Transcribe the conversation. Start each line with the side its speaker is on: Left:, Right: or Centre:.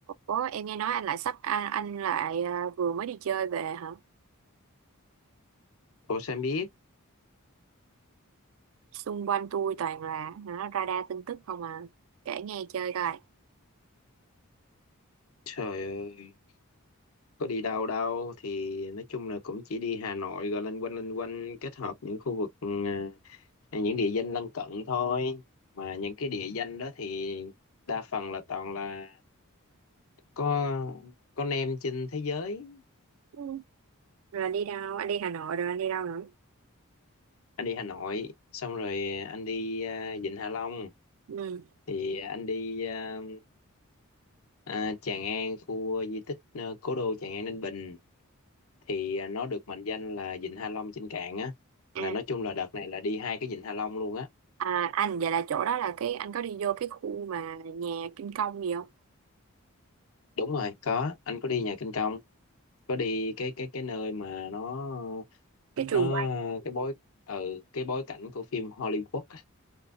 Right: Ủa em nghe nói anh lại sắp anh, anh lại à, vừa mới đi chơi về hả?
Left: Ủa sao em biết?
Right: Xung quanh tôi toàn là hả, radar tin tức không à. Kể nghe chơi coi.
Left: Trời ơi, có đi đâu đâu thì nói chung là cũng chỉ đi Hà Nội rồi loanh quanh loanh quanh kết hợp những khu vực ừ, à, những địa danh lân cận thôi. Mà những cái địa danh đó thì đa phần là toàn là có con em trên thế giới.
Right: Ừ. Rồi đi đâu? Anh đi Hà Nội rồi anh đi đâu nữa?
Left: Anh đi Hà Nội, xong rồi anh đi à, Vịnh Hạ Long
Right: Ừ.
Left: thì anh đi à, à, Tràng An khu di tích à, cố đô Tràng An Ninh Bình thì à, nó được mệnh danh là vịnh Hạ Long trên cạn á
Right: À,
Left: là nói chung là đợt này là đi hai cái vịnh Hạ Long luôn á
Right: à anh vậy là chỗ đó là cái anh có đi vô cái khu mà nhà Kim Công gì không?
Left: đúng rồi có anh có đi nhà Kinh Công có đi cái cái cái nơi mà nó
Right: Cái
Left: nó
Right: trường quay
Left: cái bối ừ cái bối cảnh của phim Hollywood á.